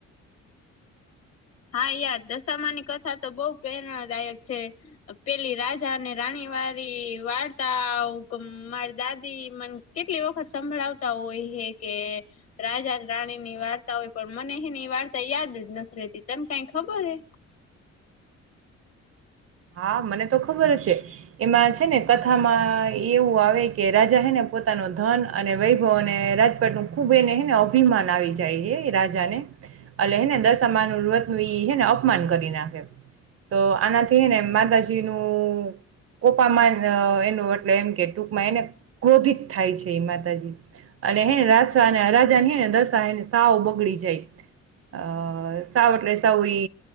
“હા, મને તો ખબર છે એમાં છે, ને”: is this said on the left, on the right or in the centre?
Right